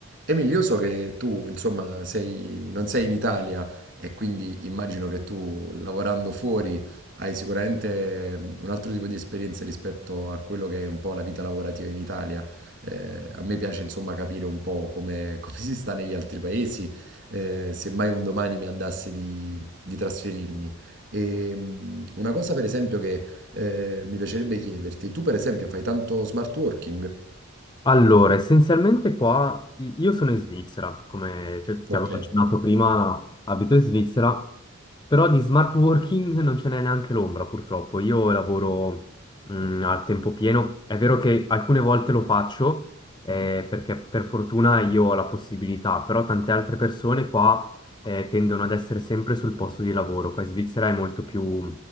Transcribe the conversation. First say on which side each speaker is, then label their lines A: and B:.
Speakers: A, on the right (about 55°); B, on the left (about 20°).
A: Emil, io so che tu, insomma, sei- non sei in Italia e quindi immagino che tu, lavorando fuori, hai sicuramente mm, un altro tipo di esperienza rispetto a quello che è un po' la vita lavorativa in Italia. Eh, a me piace, insomma, capire un po' come, <laughs> come si sta negli altri paesi, eh, se mai un domani mi andasse di, di trasferirmi. E, mm, una cosa, per esempio, che eh, mi piacerebbe chiederti, tu, per esempio, fai tanto smart working?
B: Allora, essenzialmente qua i- io sono in Svizzera, come cioè, ti
A: Ok.
B: avevo accennato prima, abito in Svizzera, però di smart working non ce n'è neanche l'ombra purtroppo. Io lavoro mh, al tempo pieno, è vero che alcune volte lo faccio eh, perché per fortuna io ho la possibilità, però tante altre persone qua eh, tendono ad essere sempre sul posto di lavoro. Qua in Svizzera è molto più